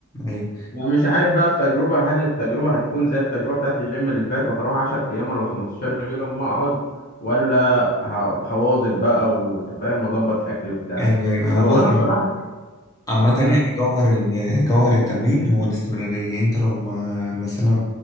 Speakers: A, on the left; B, on the left.
A: ايوه
B: يعني مش عارف بقى التجربة هل التجربة هتكون زي التجربة بتاعت الجيم اللي فات وهروح 10 أيام ولا 15 يوم وأقعد ولا ه- هواظب بقى وأنت فاهم وأظبط أكلي وبتاع
A: ايوه ايوه هو
B: هو
A: بص
B: أنا بصراحة
A: عامة
B: امم
A: يعني جوهر ال- جوهر التمرين هو الاستمرارية انت لو ما مثلا